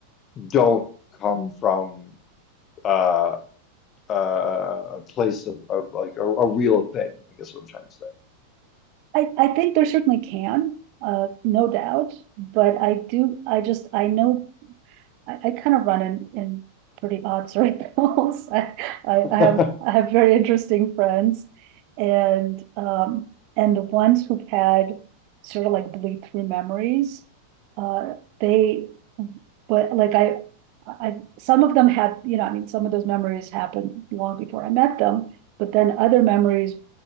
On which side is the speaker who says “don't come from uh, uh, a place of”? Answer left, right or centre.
Left